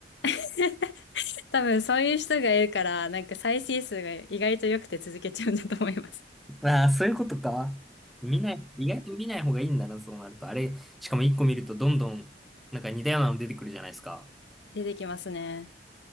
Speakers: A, on the left (about 75°); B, in the centre.
A: <laughs> 多分そういう人がいるから、なんか再生数が意外と良くて続けちゃうんだと思います。
B: ああ、そういうことか。見ない、意外と見ない方がいいんだな、そうなると。あれ、しかも一個見るとどんどん、なんか似たようなの出てくるじゃないですか。
A: 出てきますね。